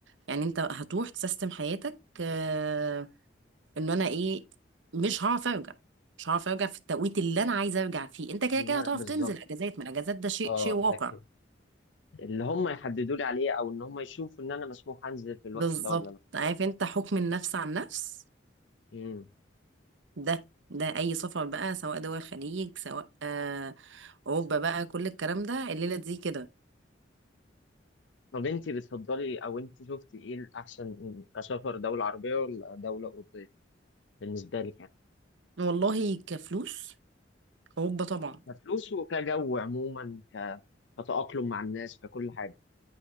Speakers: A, on the right; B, on the left.
A: يعني انت هتروح تسيستم حياتك آه... ان انا ايه مش هعرف ارجع مش هعرف ارجع في التوقيت اللي انا عايزه ارجع فيه انت كده
B: لا،
A: كده هتقف
B: بالظبط
A: تنزل اجازات من الاجازات ده شيء
B: أه
A: شيء واقع
B: لكن اللي هم يحددوا لي عليه أو إن هم يشوفوا إن أنا مسموح أنزل في الوقت
A: بالظبط
B: ده ولا لأ
A: عارف انت حكم النفس عن نفس
B: مم.
A: ده ده اي سفر بقى سواء دول الخليج سواء آه اوروبا بقى كل الكلام ده الليله دي كده
B: طب أنت بتفضلي أو أنت شفتي إيه الأحسن كسفر دولة عربية ولا دولة أوروبية بالنسبة لك يعني
A: والله كفلوس اوروبا طبعا
B: كفلوس وكجو عموما ك... كتأقلم مع الناس ككل حاجة